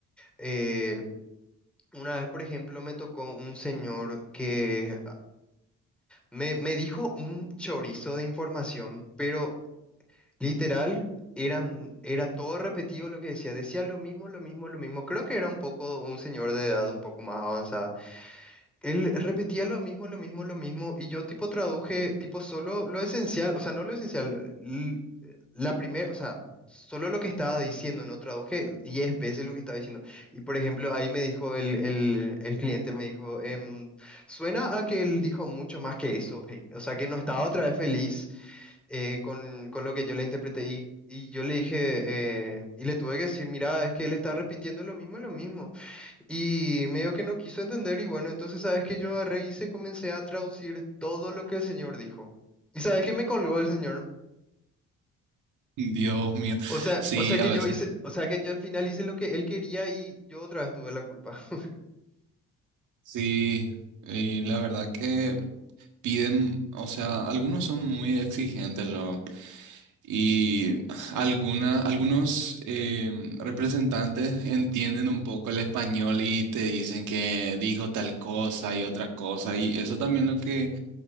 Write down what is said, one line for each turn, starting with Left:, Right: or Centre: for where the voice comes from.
Centre: Eh, una vez, por ejemplo, me tocó un señor que me, me dijo un chorizo de información, pero Literal, eran, era todo repetido lo que decía. Decía lo mismo, lo mismo, lo mismo. Creo que era un poco un señor de edad un poco más avanzada. Él repetía lo mismo, lo mismo, lo mismo. Y yo tipo traduje tipo solo lo esencial, o sea, no lo esencial, l- la primera, o sea, solo lo que estaba diciendo, no traduje 10 veces lo que estaba diciendo. Y por ejemplo, ahí me dijo el, el, el cliente, me dijo, em, suena a que él dijo mucho más que eso. hey". O sea, que no estaba otra vez feliz eh, con, con lo que yo le interpreté y, y yo le dije, eh, y le tuve que decir, mira, es que él está repitiendo lo mismo, y lo mismo. Y medio que no quiso entender y bueno, entonces sabes que yo agarré y se comencé a traducir todo lo que el señor dijo. ¿Y sabes que me colgó el señor?
Right: Dios mío.
Centre: O sea,
Right: Sí,
Centre: o sea que
Right: a veces.
Centre: yo hice, o sea que yo al final hice lo que él quería y yo otra vez tuve la culpa. <laughs>
Right: Sí, y la verdad que piden, o sea, algunos son muy exigentes, lo, y alguna, algunos em, representantes entienden un poco el español y te dicen que dijo tal cosa y otra cosa, y eso también lo que